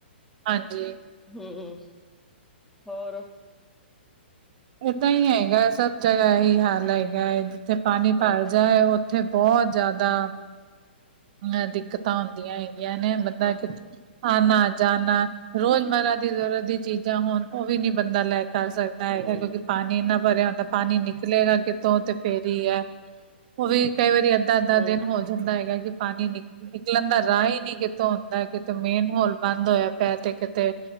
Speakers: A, on the right; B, in the centre.
A: ਹਾਂਜੀ।
B: ਹੂੰ, ਹੂੰ, ਹੂੰ ਹੋਰ।
A: ਇਏਦਾਂ ਹੀ ਹੈਗਾ ਹੈ ਸਭ ਜਗ੍ਹਾ ਹੀ ਹਾਲ ਹੈਗਾ ਹੈ ਜਿੱਥੇ ਪਾਣੀ
B: ਹਾਂ
A: ਭਰ ਜਾਏ ਉੱਥੇ ਬਹੁਤ ਜ਼ਿਆਦਾ ਅ ਦਿੱਕਤਾਂ ਹੁੰਦੀਆਂ ਹੈਗੀਆਂ ਨੇ ਬੰਦਾ
B: ਹਾਂ
A: ਕਿ ਆਨਾ ਜਾਣਾ ਰੋਜ਼ਮਰਾ ਦੀ ਜ਼ਰੂਰਤ ਦੀ ਚੀਜ਼ਾਂ ਹੋਣ ਉਹ ਵੀ ਨੀ ਬੰਦਾ ਲੈ ਕਰ ਸਕਦਾ।
B: ਹਮ
A: ਏਗਾ ਕਿਉਂਕਿ ਪਾਣੀ ਨਾ ਭਰਿਆ ਹੋਦਾ ਪਾਣੀ ਨਿਕਲੇਗਾ ਕਿਥੋ ਫੇਰੀ ਹੈ ਉਹ ਵੀ ਕਈ ਵਾਰੀ ਅੱਧਾ ਅੱਧਾ
B: ਹਮ
A: ਦਿਨ ਹੋ ਜਾਂਦਾ ਹੈਗਾ ਕਿ ਪਾਣੀ ਨਿਕ ਨਿਕਲਣ ਦਾ ਰਾਹ ਹੀ ਨਹੀਂ ਕਿਥੋਂ ਹੁੰਦਾ, ਕਿਤੇ ਮੇਨ ਹੌਲ ਬੰਦ ਹੋਇਆ ਪਿਆ ਤੇ ਕਿਤੇ